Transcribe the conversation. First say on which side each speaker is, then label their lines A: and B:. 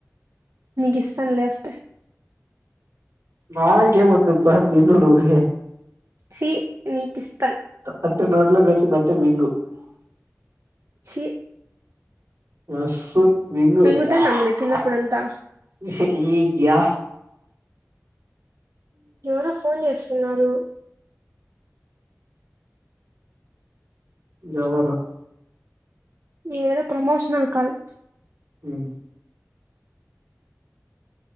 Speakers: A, on the right (about 60°); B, on the right (about 80°).
A: నీకు ఇస్తానులే వస్తే
B: నాకేమద్దుప్ప తిన్న నువే
A: సి నీ కిస్తస్తాను
B: అట్టే నోట్లో వచ్చిందిట్టే మింగు
A: చి
B: బస్ మంగూకయా
A: మింగుతానంలే చిన్నప్పుడంతా ఎవరో ఫోన్ చేస్తున్నారు
B: ఎవరు
A: ఏదో ప్రమోషనల్ కాల్
B: ఊమ్